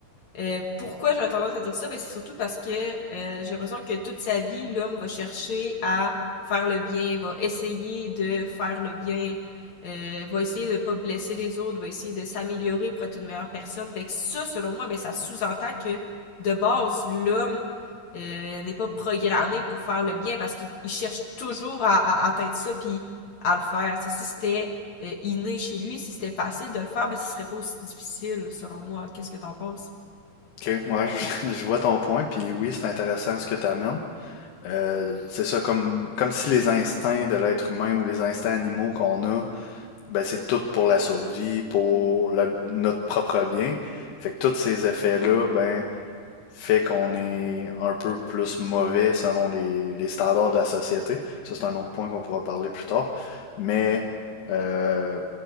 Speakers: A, on the left; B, on the left.
A: Euh, pourquoi j'aurais tendance à dire ça? Ben, c'est surtout parce que euh, j'ai l'impression que toute sa vie, l'homme va chercher à faire le bien, va essayer de faire le bien, euh, va essayer de ne pas blesser les autres, va essayer de s'améliorer pour être une meilleure personne. Fait que ça, selon moi, ben, ça sous-entend que de base, l'homme euh, n'est pas programmé pour faire le bien parce qu'il cherche toujours à, à atteindre ça puis à le faire. C'est si c'était euh, inné chez lui, si c'était facile de le faire, ben ce serait pas aussi difficile, selon moi. Qu'est-ce que t'en penses?
B: Ok, moi je, <laughs> je vois ton point, puis oui, c'est intéressant ce que tu amènes. Euh, c'est ça, comme, comme si les instincts de l'être humain ou les instincts animaux qu'on a, ben c'est tout pour la survie, pour le- notre propre bien. Fait que tous ces effets-là, ben fait qu'on est un peu plus mauvais selon les, les standards de la société. Ça, c'est un autre point qu'on pourra parler plus tard. Mais euh,